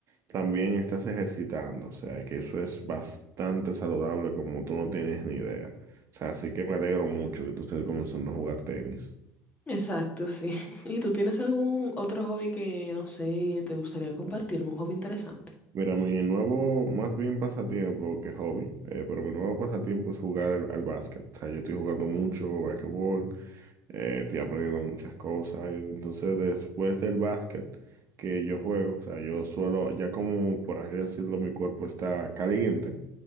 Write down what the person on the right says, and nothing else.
también estás ejercitando, o sea, que eso es bastante saludable como tú no tienes ni idea. O sea, así que me alegro mucho que tú estés comenzando a jugar tenis.
Mira, mi nuevo, más bien pasatiempo que hobby, eh, pero mi nuevo pasatiempo es jugar al, al básquet. O sea, yo estoy jugando mucho basquetbol eh, estoy aprendiendo muchas cosas. y Entonces, después del básquet que yo juego, o sea, yo suelo, ya como por así decirlo, mi cuerpo está caliente,